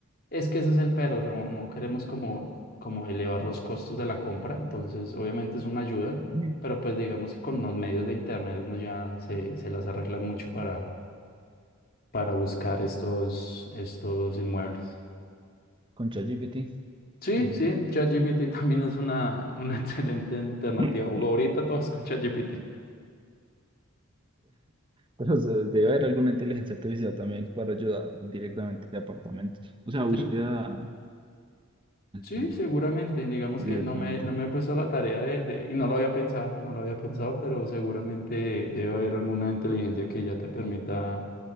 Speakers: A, on the left; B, on the right.
A: es que ese es el pero, no, no queremos como, como elevar los costos de la compra, entonces obviamente es una ayuda,
B: mm,
A: pero pues digamos que con los medios de internet uno ya se, se las arregla mucho para, para buscar estos, estos inmuebles.
B: con ChatGPT.
A: Sí,
B: mm,
A: sí, ChatGPT también es una, una <laughs> excelente alternativa.
B: <laughs>
A: Hugo, ahorita todos con ChatGPT.
B: Pero se- debe haber alguna inteligencia artificial también para ayudar directamente de apartamentos. O sea, búsqueda,
A: Segu- Sí,
B: sí,
A: seguramente. Digamos
B: directamente.
A: que no me, no me he puesto a la tarea de, de- y no lo había pensado, no lo había pensado, pero seguramente debe haber alguna inteligencia que ya te permita,